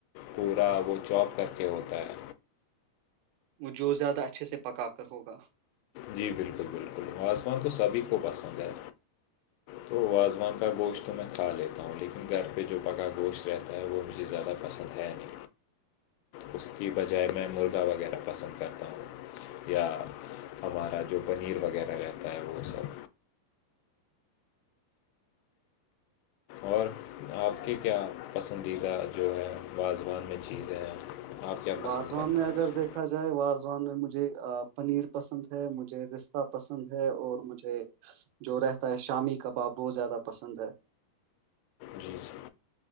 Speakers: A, on the left; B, on the right.
A: پورا وہ چوپ کر کے ہوتا ہے
B: وہ جو زیادہ اچھے سے پکا کر ہوگا
A: جی بالکل بالکل آوزوان تو سبھی کو پسند ہے تو وازوان کا گوشت تو میں کھا لیتا ہوں لیکن گھر پہ جو پکا گوشت رہتا ہے وہ مجھے زیادہ پسند ہے نہیں اس کی بجائے میں مرغا وغیرہ پسند کرتا ہوں یا ہمارا جو پنیر وغیرہ رہتا ہے وہ سب اور آپ کی کیا پسندیدہ جو ہے وازوان میں چیزیں ہیں آپ کیا پسند
B: وازوان
A: کرتے
B: میں اگر
A: ہیں
B: دیکھ دیکھا جائے واازوان میں مجھے پنیر پسند ہے مجھے رستہ پسند ہے اور مجھے جو رہتا ہے شامی کباب بہت زیادہ پسند ہے
A: جی جی